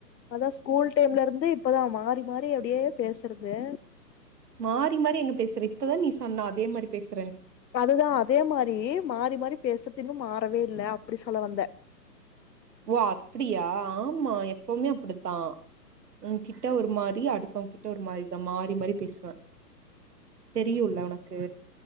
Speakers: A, on the left (about 80°); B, on the right (about 65°).
A: அதா ஸ்கூல் டைம்ல இருந்து இப்பதான் மா மாரி அப்டியே பேசறது
B: மாறி மாறி எங்க பேசுற இப்ப தா நீ சொன்ன அதே மாரி பேஸ்
A: அதுதான் அதே மாரி மாறி மாறி பேச இன்னு மாறவே இல்ல அப்டி சொல்ல வந்த
B: ஓ அப்டியா ஆமா எப்பவுமே அப்படித்தா உன் கிட்ட ஒரு மாரி அடுத்தவ்ங்கிட்ட ஒரு மாரி நா மாறி மாறி பேசுவேன் தெரியுல உனக்கு